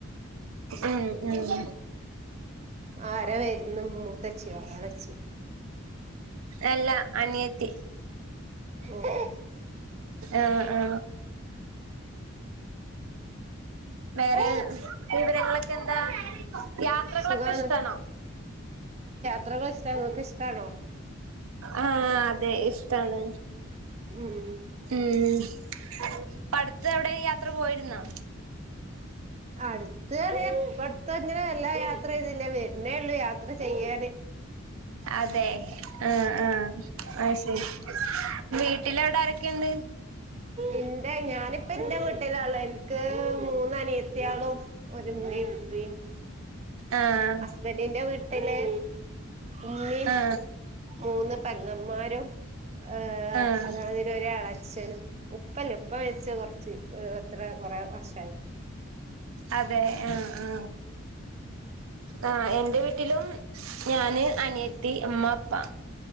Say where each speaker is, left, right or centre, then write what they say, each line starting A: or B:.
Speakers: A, on the right; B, on the right.
A: ഉം ഉം
B: ആര വരന്ന് മൂത്തച്ചിയോളച്ചി
A: അല്ല അനിയത്തി
B: <unintelligible>
A: ആഹ് ആ വേറെ
B: ഓ
A: വിവരങ്ങളൊക്കെ എന്താ യാത്രകളൊക്കെ
B: സുഖാണ്
A: ഇഷ്ടാണോ
B: യാത്രക്കെ ഇഷ്ടാ നിങ്ങക്ക് ഇഷ്ടാണോ
A: ആ അതെ ഇഷ്ടാണ്
B: ഉം
A: ഉം ഇപ്പടുത്ത് എവിടെ യാത്ര പോയിരുന്നാ
B: അടുത്ത് ഇപ്പടത്തങ്ങനെ എല്ലാ യാത്ര ചെയ്തില്ലാ വരുന്നേള്ളൂ യാത്ര ചെയ്യാന്
A: അതെ ആ ആ ആ ശരി വീട്ടിലവിടെ ക്കെയുണ്ട്
B: എന്റെ ഞാനിപ്പ എന്റെ വീട്ടിലാള്ളേ എനക്ക് മൂന്നനിയത്തിയാളും ഒരു ഉമ്മേം ഉപ്പേം
A: ആഹ്
B: ഹസ്ബൻറിന്റെ വീട്ടില് ഉമ്മീം
A: ആഹ്
B: മൂന്ന് പെങ്ങമാരും ആ <unintelligible>
A: ആഹ്
B: ഒരു ഇളേച്ഛൻ ഉപ്പല്ല ഉപ്പ മരിച്ച് കൊറച്ച് എത്ര കൊറേ വർഷായി
A: അതെ ആ ആ ആ വീട്ടിലും ഞാന് അനിയത്തി അമ്മ അപ്പാ